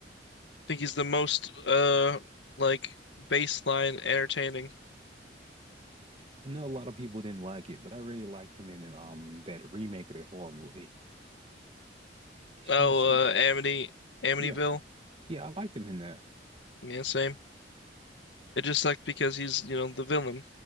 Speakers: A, on the left; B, on the right.
A: think he's the most uh like baseline entertaining.
B: I know a lot of people didn't like it, but I really liked him in um that remake of the horror movie. He's
A: Oh,
B: been so
A: uh, Amity, Amityville.
B: yeah. Yeah, I liked him in that.
A: Yeah, same. It just sucked because he's, you know, the villain,